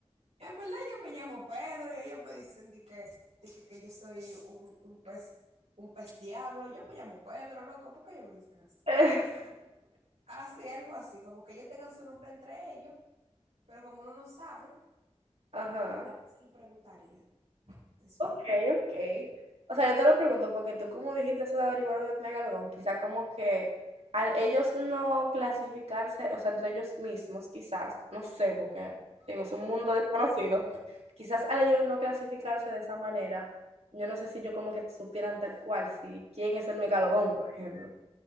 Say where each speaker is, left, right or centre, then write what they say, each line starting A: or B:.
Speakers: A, on the right; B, on the right.
A: En verdad yo me llamo Pedro y ellos me dicen de que, de que, que yo soy un, un pez, un pez diablo. Yo me llamo Pedro, loco, ¿por qué ellos me dicen así?
B: <laughs>
A: Pero, así, algo así, como que ellos tengan su nombre entre ellos, pero como uno no sabe,
B: Ajá.
A: también se le preguntaría de su
B: Ok,
A: nombre.
B: ok. O sea, yo te lo pregunto porque tú como dijiste eso de averiguar lo del megalodón, quizá como que al ellos no clasificarse, o sea, entre ellos mismos, quizás, no sé, porque te digo, es un mundo desconocido, quizás al ellos no clasificarse de esa manera, yo no sé si yo como que supieran tal cual, si quién es el megalodón, por ejemplo.